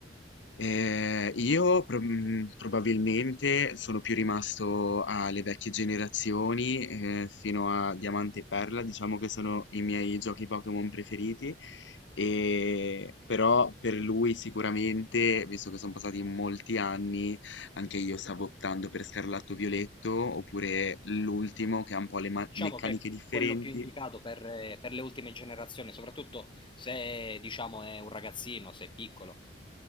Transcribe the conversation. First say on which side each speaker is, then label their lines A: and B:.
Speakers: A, on the left (about 80°); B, on the left (about 25°).
A: Eh, io pro- mh, probabilmente sono più rimasto alle vecchie generazioni, eh, fino a Diamante e Perla, diciamo che sono i miei giochi Pokémon preferiti. E, però per lui sicuramente, visto che sono passati molti anni, anche io stavo optando per Scarlatto Violetto, oppure l'ultimo che ha un po' le ma-
B: Diciamo
A: meccaniche
B: che è
A: differenti.
B: quello più indicato per, eh, per le ultime generazioni, soprattutto se, diciamo, è un ragazzino, se è piccolo.